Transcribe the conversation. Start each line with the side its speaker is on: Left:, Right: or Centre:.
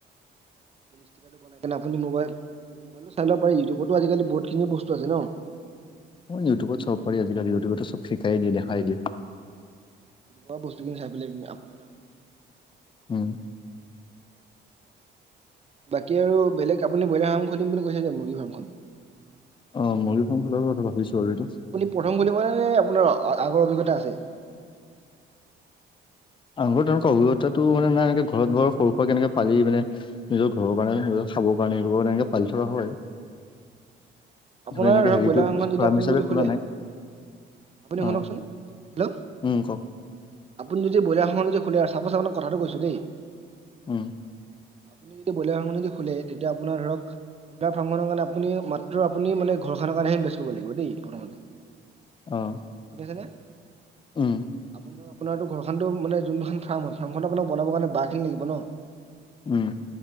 Right: ষ্টিকাৰটো বনাই আপুনি মবাইল মোবাইলটো চাই ল পাৰি ইউটিবতো আজিকালি বহুত খিনি বস্তু আছে ন।
Left: অ' ইউটিউবত চাব পাৰি আজিকালি ইউটিউবতো চব শিকাই দিয়ে দেখাই দিয়ে।
Right: বাৰু বস্তুখিনি চাই পেলাই দিব আপুনি।
Left: উম।
Right: বাকী আৰু বেলেগ আপুনি ব্ৰইলাৰ ফাৰ্ম খুলিম বুলি কৈছিলে, মুৰ্গী ফাৰ্মখন।
Left: অ' মুৰ্গী ৰ্ফাম খোলাৰ কথা ভাবিছো। আৰু এইটো
Right: আপুনি প্ৰথম খুলিবনে নে আপোনাৰ আগৰ অভিজ্ঞতা আছে?
Left: আগৰ তেনেকুৱা অভিজ্ঞতাটো মানে নাই এনেকে ঘৰত ঘৰৰ সৰু সুৰা কে এনেকে পালি মানে নিজৰ ঘৰৰ কাৰণে খাবৰ কাৰণে এনেকে পালি থকা হয়।
Right: আপোনাৰ
Left: এনেকে
Right: ধৰক
Left: হেৰি
Right: ব্ৰইলাৰ
Left: কৰি
Right: ৰ্ফামখন যদি
Left: ফাৰ্ম
Right: আপুনি
Left: হিচাপে
Right: যদি
Left: খোলা
Right: খোলে আপুনি
Left: নাই অ
Right: শুনকচোন হেল্ল'
Left: উম কওক
Right: আপুনি যদি বয়লাৰ ৰ্ফাম খন যদি খোলে, চাপ'ছ আপোনাক কথাটো কৈছো দেই।
Left: উম।
Right: আপুনি যদি ব্ৰইলাৰ ৰ্ফামখন যদি খোলে, তেতিয়া আপোনাৰ ধৰক ব্ৰলাৰ ৰ্ফাম খনৰ কাৰণে আুপুনি মাত্ৰ আপুনি মানে ঘৰখানৰ কাৰণে ইনভেষ্ট কৰিব লাগিব দেই, প্ৰথমতে
Left: অ'।
Right: বুজি পাইছেনে?
Left: উম
Right: আপোনাৰতো ঘৰ খান, মানে যোন দুখন ফাৰ্ম হয় ফাৰ্মখন আপোনাক বনাব কাৰণে বাঁহ খিনি লাগিব ন।
Left: উম।